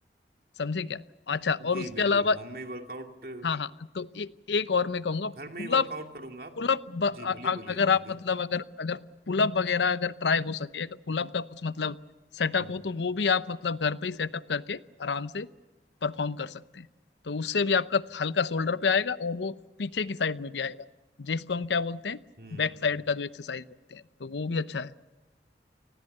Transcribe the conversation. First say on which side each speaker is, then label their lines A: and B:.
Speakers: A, on the left; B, on the right.
A: समझे क्या अच्छा और
B: जी
A: उसके
B: बिल्कुल
A: अलावा
B: होम में ही वर्कआउट घर
A: हाँ हाँ तो ए, एक और मैं कहूंगा पुलअप
B: में ही वर्कआउट करूंगा
A: पुलअप ब-
B: जी
A: अ-
B: बोलिए
A: अ-
B: बोलिए
A: अगर आप
B: बोलिए
A: मतलब अगर अगर पुलअप वगैरह अगर ट्राई हो सके अगर पुलअप का कुछ मतलब सेटअप
B: हम्म
A: हो तो वो भी आप मतलब घर पे ही सेटअप करके आराम से परफॉर्म कर सकते हैं तो उससे भी आपका हल्का शोल्डर पे आएगा और वो पीछे की साइड में भी आएगा जिसको हम क्या बोलते हैं
B: हम्म
A: बैक साइड का जो एक्सरसाइज बोलते हैं तो वो भी अच्छा है